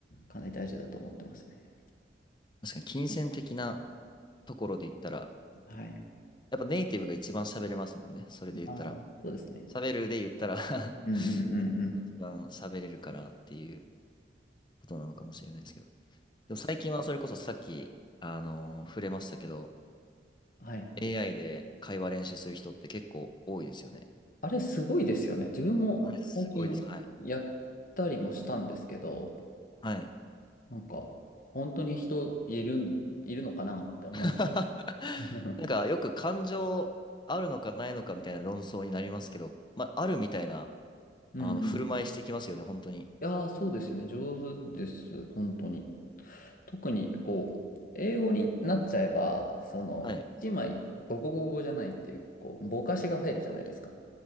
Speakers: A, on the left (about 45°); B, on the left (about 25°).
A: かなり大事だと思ってますね。
B: 確かに金銭的なところで言ったら、
A: はい。
B: やっぱネイティブが一番喋れますもんね。それで言ったら。
A: まあ、そうですね。
B: 喋るで言ったら <laughs>
A: うんうんうんうん。
B: ネイティブが一番喋れるからっていうことなのかもしれないですけど。でも最近はそれこそさっき、あのー触れましたけど、
A: はい。
B: AI で会話練習する人って結構多いですよね。
A: あれすごいですよね。自分も最近やったりもしたんですけど、
B: あれ、すごいです。はい。はい。
A: なんか、本当に人いるん、いるのかなって思います。
B: <laughs>
A: <laughs>
B: なんか、よく感情あるのかないのかみたいな論争になりますけど、まあ、あるみたいな、
A: うんうん。
B: あの、振る舞いしてきますよね、
A: い
B: 本当に。
A: やー、そうですよね。上手です。本当に。特に、こう、英語になっちゃえば、その、
B: はい。
A: 一枚、ボコボコじゃないっていう、こう、ぼかしが入るじゃないですか。